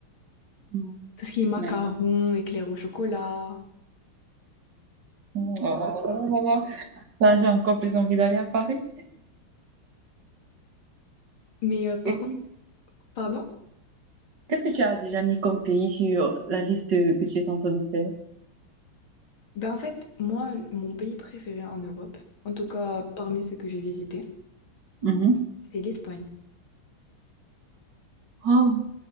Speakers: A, on the right (about 55°); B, on the left (about 70°).
A: Mhm.
B: Tout ce qui est macarons,
A: Tu m'as dit.
B: éclairs au chocolat.
A: Oh là là là là là là. Là, j'ai encore plus envie d'aller à Paris.
B: Mais euh, par
A: Et
B: contre,
A: dis
B: pardon?
A: Qu'est-ce que tu as déjà mis comme pays sur la liste que tu es en train de faire?
B: Ben en fait, moi, mon pays préféré en Europe, en tout cas parmi ceux que j'ai visités,
A: Mhm.
B: c'est l'Espagne.
A: Oh,